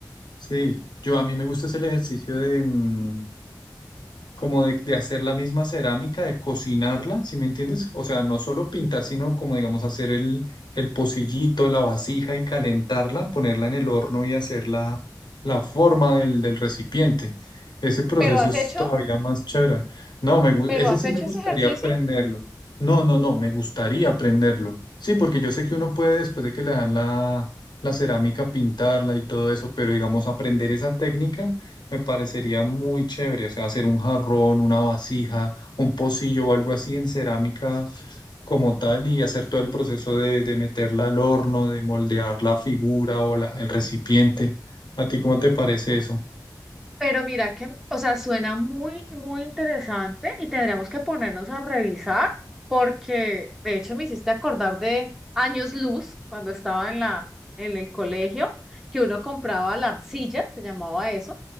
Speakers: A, on the left (about 80°); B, in the centre.
A: sí, yo a mí me gusta es el ejercicio de, mm, como de, de hacer la misma cerámica, de cocinarla, ¿sí me entiendes? O sea, no solo pintar, sino como, digamos, hacer el, el pocillito, la vasija y calentarla, ponerla en el horno y hacer la, la forma del, del recipiente. Ese proceso
B: pero has
A: es
B: hecho,
A: todavía más chévere. No, me, gu-
B: pero
A: ese
B: has
A: sí
B: hecho
A: me gustaría
B: ese ejercicio.
A: aprenderlo. No, no, no, me gustaría aprenderlo. Sí, porque yo sé que uno puede, después de que le dan la, la cerámica, pintarla y todo eso, pero digamos, aprender esa técnica. Me parecería muy chévere, o sea, hacer un jarrón, una vasija, un pocillo o algo así en cerámica como tal y hacer todo el proceso de, de meterla al horno, de moldear la figura o la- el recipiente. ¿A ti cómo te parece eso?
B: Pero mira que, o sea, suena muy, muy interesante y tendríamos que ponernos a revisar porque de hecho me hiciste acordar de años luz cuando estaba en la, en el colegio, que uno compraba la arcilla, se llamaba eso,